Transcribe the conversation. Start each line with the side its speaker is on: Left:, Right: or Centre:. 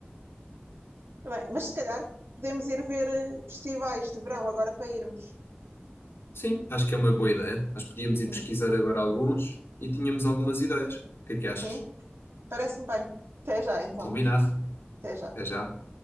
Right: Bem, mas se calhar podemos ir ver eh, festivais de verão agora para irmos.
Left: Sim, acho que é uma boa ideia. Nós podíamos
Right: Sim,
Left: ir pesquisar agora alguns e tínhamos algumas ideias. O que é que achas?
Right: sim, parece-me bem. Até já então,
Left: Combinado.
Right: até já.
Left: Até já.